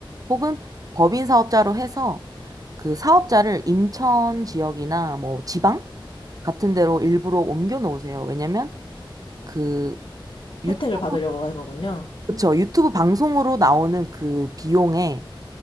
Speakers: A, on the right (about 45°); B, on the left (about 70°).
A: 혹은 법인 사업자로 해서 그 사업자를 인천 지역이나 뭐 지방 같은 데로 일부러 옮겨 놓으세요. 왜냐면 그 유튜브,
B: 혜택을 받으려고 하는 거군요.
A: 그쵸? 유튜브 방송으로 나오는 그 비용에